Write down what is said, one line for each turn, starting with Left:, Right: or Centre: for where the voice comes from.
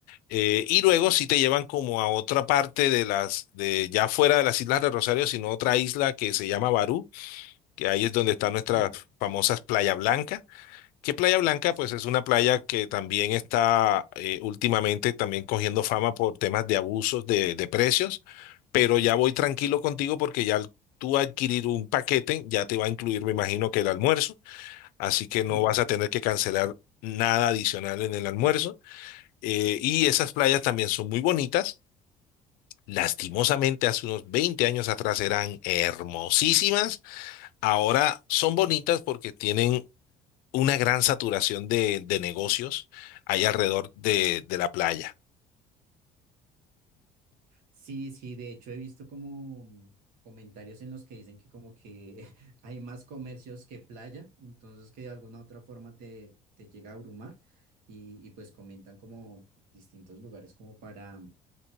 Left: Eh, y luego sí te llevan como a otra parte de las, de ya fuera de las Islas de Rosario, sino otra isla que se llama Barú, que ahí es donde están nuestras
Right: Sí,
Left: famosas Playa Blanca. Que Playa Blanca,
Right: Exacto.
Left: pues es una playa que también está eh, últimamente también cogiendo fama por temas de abusos de, de precios, pero ya voy tranquilo contigo porque ya al tú adquirir un paquete ya te va a incluir, me imagino que el almuerzo, así que no
Right: Sí,
Left: vas a tener que cancelar nada adicional en el almuerzo. Eh, y esas playas también son muy bonitas. Lastimosamente, hace unos 20 años atrás eran hermosísimas. Ahora son bonitas porque tienen una gran saturación de, de negocios ahí alrededor de, de la playa.
Right: sí, sí, de hecho he visto como mm, comentarios en los que dicen que como que <laughs> hay más comercios que playa, entonces que de alguna otra forma te, te llega a abrumar y, y pues comentan como distintos lugares como para,